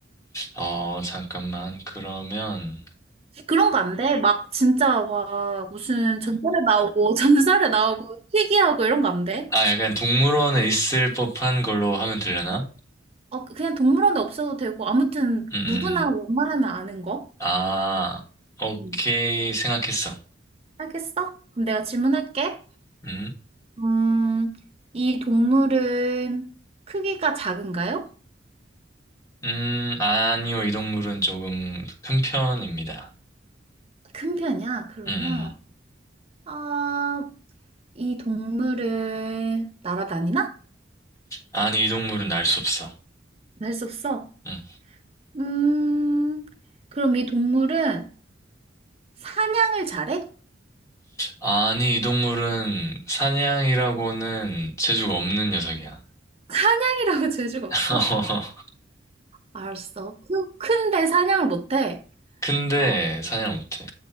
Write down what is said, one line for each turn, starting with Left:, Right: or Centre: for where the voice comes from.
Left: 어, 잠깐만. 그러면
Right: 그런 거 안 돼? 막 진짜 와 무슨 전설에 나오고 <laughs> 전설에 나오고 희귀하고 이런 거 안 돼?
Left: 아, 약간 동물원에 있을 법한 걸로 하면 되려나?
Right: 어 그냥 동물원에 없어도 되고 아무튼
Left: 음, 음,
Right: 누구나
Left: 음.
Right: 웬만하면 아는 거.
Left: 아, 오케이.
Right: 음.
Left: 생각했어.
Right: 알겠어? 그럼 내가 질문할게.
Left: 음.
Right: 음, 이 동물은 크기가 작은가요?
Left: 음, 아니요, 이 동물은 조금 큰 편입니다.
Right: 큰 편이야? 그러면,
Left: 음, 음.
Right: 아, 이 동물을 날아다니나?
Left: 아니, 이 동물은 날 수 없어.
Right: 할 수 없어.
Left: 음.
Right: 음, 그럼 이 동물은 사냥을 잘해?
Left: 아니, 이 동물은 사냥이라고는 재주가 없는 녀석이야.
Right: 사냥이라고 <laughs> 재주가 없어?
Left: <laughs>
Right: 알았어. 크, 큰데 사냥을 못해.
Left: 근데
Right: 어,
Left: 사냥을 못해.